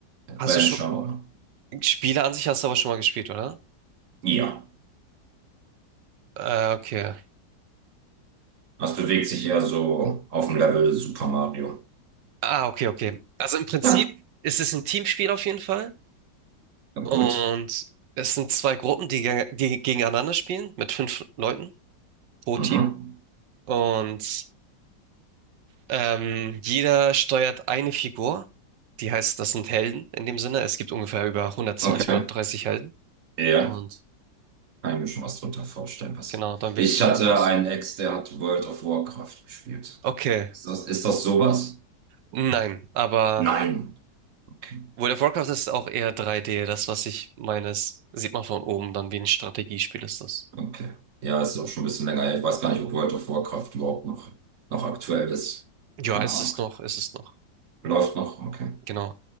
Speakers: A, on the right (about 55°); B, on the right (about 80°).
A: Adventure,
B: hast du schon,
A: oder?
B: Spiele an sich hast du aber schon mal gespielt, oder?
A: Ja.
B: Äh, okay.
A: Das bewegt sich eher so auf dem Level Super Mario.
B: Ah, okay, okay. Also im Prinzip
A: Ja.
B: ist es ein Teamspiel auf jeden Fall. Und
A: Gut.
B: es sind zwei Gruppen, die, ge- die gegeneinander spielen, mit fünf Leuten pro
A: Mhm.
B: Team. Und ähm, jeder steuert eine Figur. Die heißt, das sind Helden in dem Sinne. Es gibt ungefähr über 120,
A: Okay.
B: 130 Helden.
A: Ja,
B: Und
A: kann ich mir schon was drunter vorstellen. Was...
B: genau, dann
A: Ich
B: wählst du da
A: hatte
B: einen aus.
A: einen Ex, der hat World of Warcraft gespielt.
B: Okay,
A: Ist das, ist das sowas?
B: nein, aber
A: Nein. Okay.
B: World of Warcraft ist auch eher 3D. Das, was ich meine, ist, sieht man von oben, dann wie ein Strategiespiel ist das.
A: Okay. Ja, ist auch schon ein bisschen länger her. Ich weiß gar nicht, ob World of Warcraft überhaupt noch, noch aktuell ist.
B: Ja,
A: Keine
B: ist
A: Ahnung.
B: es noch, ist es noch.
A: Läuft noch? Okay.
B: Genau.